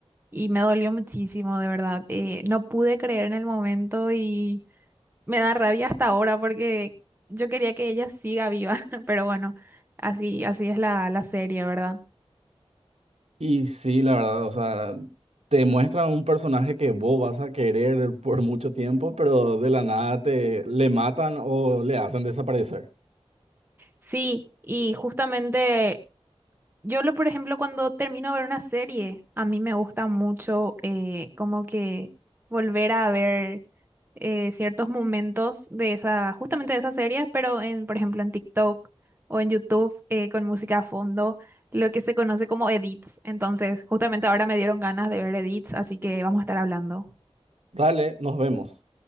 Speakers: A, on the right; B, on the right.
A: y me dolió muchísimo, de verdad. eh, no pude creer en el momento y... Me da rabia hasta ahora porque yo quería que ella siga viva, <laughs> pero bueno, así, así es la, la serie, ¿verdad?
B: Y sí, la verdad, o sea, te muestran un personaje que vos vas a querer por mucho tiempo, pero de la nada te le matan o le hacen desaparecer.
A: Sí, y justamente yo, lo, por ejemplo, cuando termino de ver una serie, a mí me gusta mucho eh, como que volver a ver eh, ciertos momentos de esa, justamente de esa serie, pero en, por ejemplo, en TikTok o en YouTube eh, con música a fondo lo que se conoce como edits. Entonces, justamente ahora me dieron ganas de ver edits, así que vamos a estar hablando.
B: Dale, nos vemos.